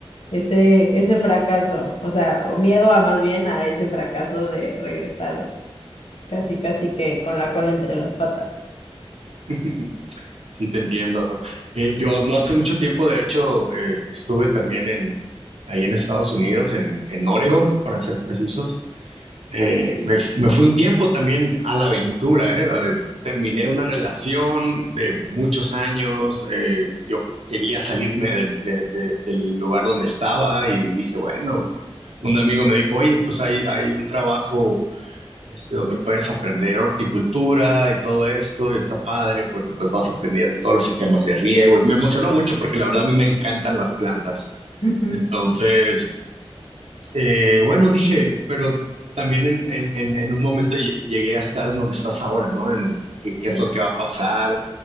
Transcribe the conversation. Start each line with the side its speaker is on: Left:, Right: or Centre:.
Left: ese, ese fracaso, o sea, o miedo a más bien a ese fracaso de regresar casi, casi que con la cola entre las patas.
Right: <laughs> Sí, te entiendo. Eh, yo no hace mucho tiempo, de hecho, eh, estuve también en, ahí en Estados Unidos, en, en Oregon, para ser precisos, Eh, me, f- me fui un tiempo también a la aventura, ¿eh? Eh, Terminé una relación de muchos años, eh, yo quería salirme del, de- de- del lugar donde estaba y dije, bueno, un amigo me dijo, oye, pues hay, hay un trabajo este, donde puedes aprender horticultura y todo esto, y está padre porque pues vas aprendiendo todos los sistemas de riego y me emocionó mucho porque la verdad a mí me encantan las plantas.
Left: Ujú,
Right: Entonces... Eh, bueno, dije, pero también en, en, en, en un momento lle- llegué a estar en donde estás ahora, ¿no? En qué, qué
Left: sí.
Right: es lo que va a pasar,